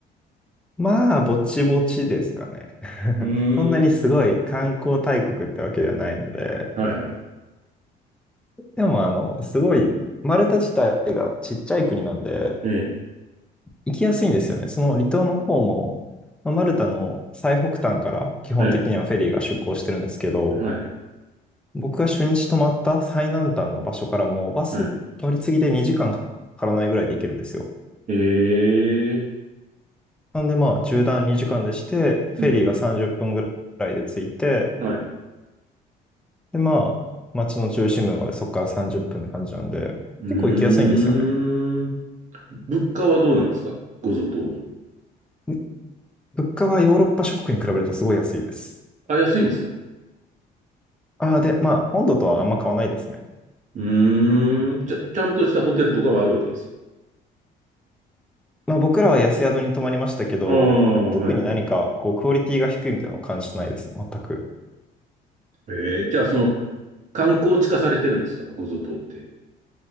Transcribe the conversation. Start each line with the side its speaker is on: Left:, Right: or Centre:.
Centre: まあ、ぼちぼちですかね。<laughs>
Right: ー
Centre: そんなにすごい観光大国ってわけではないので、
Right: ん。はいはい。
Centre: でも、あの、すごい、マルタ自体がちっちゃい国なんで、
Right: ええ、
Centre: 行きやすいんですよね。その離島の方も、まあマルタの最北端から基本的にはフェリーが出港してるんですけど、
Right: はい、はい、
Centre: 僕が初日泊まった最南端の場所からもバス乗り継ぎで2時間かからないぐらいで行けるんですよ。
Right: はい。ええ、
Centre: なんでまあ縦断2時間でして、フェリーが30分ぐらいで着いて、
Right: うん、はい。う
Centre: でまあ街の中心部までそこから30分っぷんって感じなんで、
Right: ーん。
Centre: 結構行きやすいんですよね。
Right: 物価はどうなんですかごゾ島の。
Centre: ぶ物価はヨーロッパ諸国に比べるとすごい安いです。
Right: あ、安いんですか
Centre: ああ、で、まあ本土とはあんま変わらないですね。
Right: うーん。ちゃ、ちゃんとしたホテルとかはあるわけですか
Centre: まあ、僕らは安宿に泊まりましたけど、
Right: ああ、
Centre: 特に何かこうクオリティが低いみたいなのを感じてないですね、
Right: はいはい。
Centre: 全く。
Right: ええ、じゃあその、観光地化されてるんですかごゾ島って。